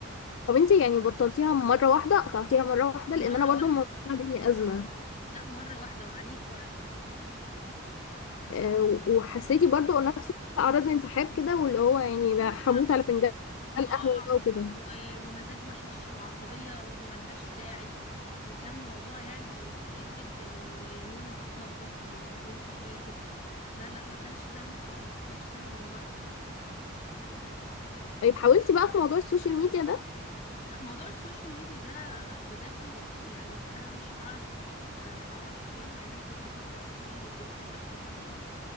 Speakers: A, on the left; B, on the left.
A: طب انتي يعني بطلتيها مره واحده قطعتيها مره واحده
B: مرة
A: لان انا برضو
B: واحدة
A: الموضوع عامل لي ازمه
B: لا مرة واحدة وعانيت بقى عشان كده
A: آه، وحسيتي برضو نفس اعراض الانسحاب كده واللي هو يعني
B: ايوه
A: هموت على فنجان
B: صداع
A: القهوه بقى وكده
B: و- ومزاج وحش وعصبية ملهاش داعي وكان موضوع يعني تقيل جدا ونومي اتلخبط وما كنتش باكل لا لا ما كانش سهل خالص ما كانش سهل بالمرة
A: طيب حاولتي بقى في موضوع السوشيال ميديا ده
B: موضوع السوشيال ميديا ده بجد يعني انا مش بعرف آه، اقرا كتاب مع ان انا كنت بقرا كتير وكنت بكتب اصلا